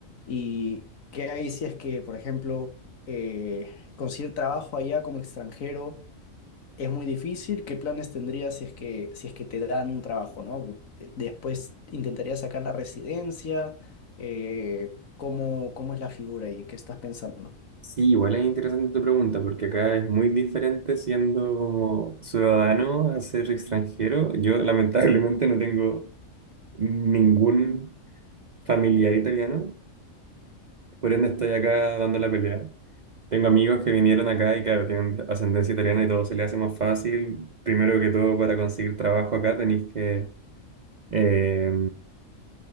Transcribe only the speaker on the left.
¿Y qué hay si es que, por ejemplo, eh, conseguir trabajo allá como extranjero es muy difícil? ¿Qué planes tendrías si es que, si es que te dan un trabajo, ¿no? eh, Después intentarías sacar la residencia. Eh, ¿cómo, cómo es la figura y qué estás pensando?